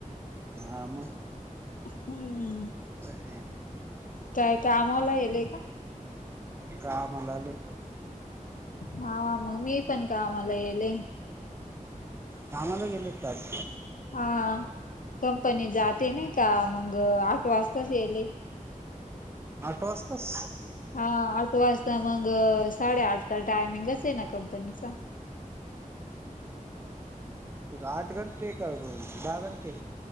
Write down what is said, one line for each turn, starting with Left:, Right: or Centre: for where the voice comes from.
Right: हा मग.
Left: हम्म.
Right: काय
Left: काय का कामाला गेलय का.
Right: कामाला गेलतो.
Left: हा, हा मग मी पण कामाला येले.
Right: कामला गेले का आज.
Left: हा कंपनी जाते नाही का. मग आठ वाजताच येले.
Right: आठ वाजताच.
Left: हा आठ वाजता मग, साडेआठचा टायमिंगच आहे ना कंपनीचा.
Right: आठ घंटे का ग, दहा घंटे.